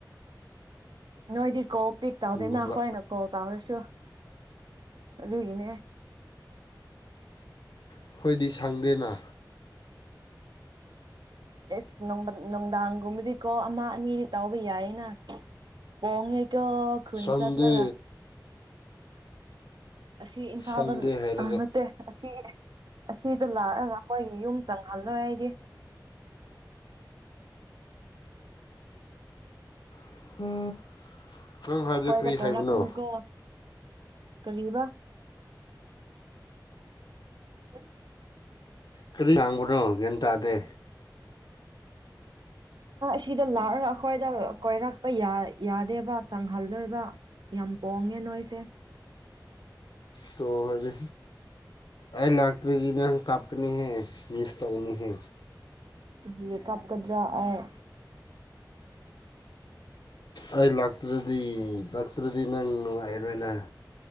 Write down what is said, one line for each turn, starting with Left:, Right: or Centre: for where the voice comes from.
Right: ꯅꯣꯏꯗꯤꯀꯣꯞ ꯄꯤꯛ ꯇꯧꯗꯦꯅꯈꯣꯏ
Left: ꯒꯨꯝꯕ
Right: ꯑꯅ ꯀꯣꯜ ꯇꯧꯔꯁꯨ ꯑꯗꯨꯒꯤ ꯏꯅꯦ
Left: ꯑꯩꯈꯣꯏꯗꯤ ꯁꯪꯗꯦꯅ
Right: ꯑꯦꯁ ꯅꯨꯡꯗꯥꯡꯒꯨꯝꯕꯗꯤꯀꯣ ꯑꯃ ꯑꯅꯤꯗꯤ ꯇꯥꯎꯕ ꯌꯥꯏꯅ ꯀꯣꯡꯉꯦ ꯀꯣ ꯈꯨꯟ
Left: ꯁꯪꯗꯦ
Right: ꯆꯠꯂꯒ ꯑ ꯁꯤ ꯏꯝꯐꯥꯜꯗ
Left: ꯁꯪꯗꯦ ꯍꯥꯏꯔꯒ
Right: ꯑ ꯅꯠꯇꯦ ꯑꯁꯤ ꯑꯁꯤꯗ ꯂꯥꯛꯒ ꯃꯈꯣꯏꯒꯤ ꯌꯨꯝ ꯆꯪꯍꯜꯂꯣꯏ ꯑꯩꯗꯤ
Left: <unintelligible>
Right: ꯑꯩꯈꯣꯏꯗ
Left: ꯀꯔꯤ
Right: ꯀꯣꯏꯔ
Left: ꯍꯥꯏꯕꯅꯣ
Right: ꯀꯅꯨ ꯀꯣ ꯀꯔꯤꯕꯥ <unintelligible>
Left: ꯀꯔꯤ ꯇꯥꯡꯒꯨꯅꯣ ꯒꯌꯥꯟ ꯇꯑꯗꯦ
Right: ꯁꯤꯗ ꯂꯥꯛꯑꯒ ꯑꯩ ꯈꯣꯏꯗ ꯀꯣꯏꯔꯛꯄ ꯌꯥꯗꯦꯕ ꯆꯪꯍꯜꯂꯣꯏꯕ ꯌꯥꯝ ꯄꯣꯡꯉꯦ ꯅꯣꯏꯁꯦ
Left: ꯇꯣ ꯍꯥꯏꯗꯤ ꯑꯩ ꯂꯥꯛꯇꯔꯤꯒꯤ ꯅꯪ ꯀꯥꯞꯀꯅꯤꯍꯦ ꯃꯤꯁ ꯇꯧꯒꯅꯤ
Right: ꯀꯦꯔꯤ ꯀꯞꯀꯗꯔꯥ ꯑꯩ
Left: ꯑꯩ ꯂꯥꯛ ꯂꯥꯛꯇꯔꯗꯤ ꯂꯥꯛꯇꯔꯗꯤ ꯅꯪ ꯅꯨꯡꯉꯥꯏꯔꯣꯏꯅ